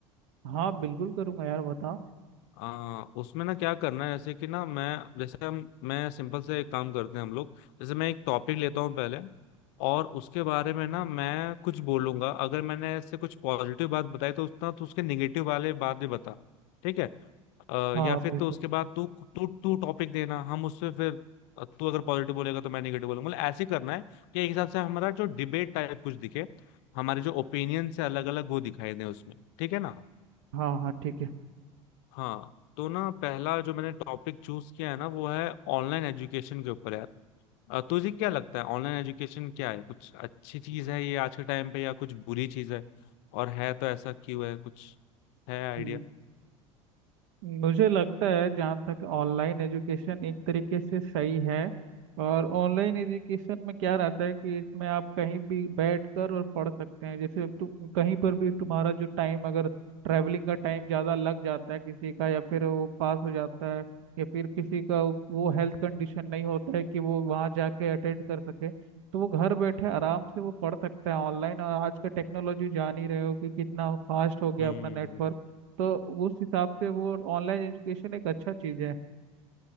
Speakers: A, on the right; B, on the left.
A: हाँ बिल्कुल करूंगा यार बताओ
B: आ, उसमें ना क्या करना है जैसे कि ना मैं जैसे हम मैं सिंपल से एक काम करते हैं हम लोग जैसे मैं एक टॉपिक लेता हूँ पहले और उसके बारे में ना मैं कुछ बोलूंगा अगर मैंने ऐसे कुछ पॉजिटिव बात बताई तो उसका तो उसके निगेटिव वाले बात भी बता ठीक है अ,
A: हाँ
B: या फिर
A: बिल्कुल
B: तो उसके बाद तू तू तू टॉपिक देना हम उससे फिर अ, तू अगर पॉजिटिव बोलेगा तो मैं नेगेटिव बोलूंगा मतलब ऐसे करना है कि एक हिसाब से हमारा जो डिबेट टाइप कुछ दिखे हमारे जो ओपिनियन से अलग अलग वो दिखाई दे उसमें ठीक है ना
A: हाँ हाँ ठीक
B: हाँ तो ना पहला जो मैंने टॉपिक चूज किया है ना वो है ऑनलाइन एजुकेशन के ऊपर यार अ, तुझे क्या लगता है ऑनलाइन एजुकेशन क्या है कुछ अच्छी चीज है ये आज के टाइम पे या कुछ बुरी चीज है और है तो ऐसा क्यों है कुछ है आइडिया
A: है मुझे लगता है जहाँ तक ऑनलाइन एजुकेशन एक तरीके से सही है और ऑनलाइन एजुकेशन में क्या रहता है कि इसमें आप कहीं भी बैठ कर और पढ़ सकते हैं जैसे तुम कहीं पर भी तुम्हारा जो टाइम अगर ट्रैवलिंग का टाइम ज़्यादा लग जाता है किसी का या फिर वो पास हो जाता है या फिर किसी का वो हेल्थ कंडीशन नहीं होता है कि वो वहाँ जाके अटेंड कर सके तो वो घर बैठे आराम से वो पढ़ सकता है ऑनलाइन और आज का टेक्नोलॉजी जान ही रहे हो कि कितना फास्ट हो गया
B: हम्म
A: अपना नेटवर्क तो उस हिसाब से वो ऑनलाइन एजुकेशन एक अच्छा चीज है